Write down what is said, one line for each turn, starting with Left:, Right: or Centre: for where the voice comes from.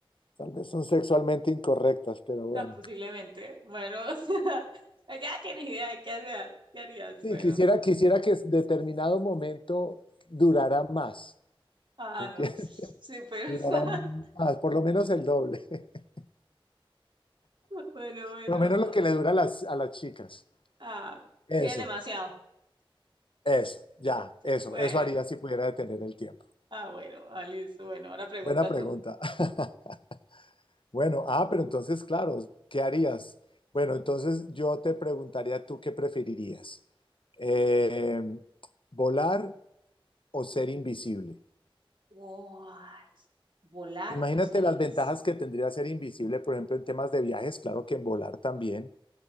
Left: tal vez son sexualmente incorrectas, pero bueno.
Right: no, posiblemente. Bueno, <laughs> ya tienes idea de qué hacer, qué harías,
Left: Sí,
Right: bueno.
Left: quisiera, quisiera que determinado momento durara más,
Right: Ah,
Left: ¿me entiendes?
Right: no, pues,
Left: <laughs>
Right: sí, pero
Left: Durara
Right: <laughs>
Left: más, por lo menos el doble, <laughs>
Right: bueno, bueno.
Left: por lo menos lo que le dura a las, a las chicas.
Right: Ah,
Left: Eso,
Right: sí, es demasiado.
Left: eso, ya, eso,
Right: Bueno,
Left: eso haría si pudiera detener el tiempo.
Right: ah, bueno, ah, listo. Bueno, ahora pregunta
Left: Buena pregunta.
Right: tú.
Left: <laughs> Bueno, ah, pero entonces, claro, ¿qué harías? Bueno, entonces yo te preguntaría tú qué preferirías, Eh, volar o ser invisible.
Right: Guay, ¿volar
Left: Imagínate
Right: o ser
Left: las
Right: invisible?
Left: ventajas que tendría ser invisible, por ejemplo, en temas de viajes, claro que en volar también,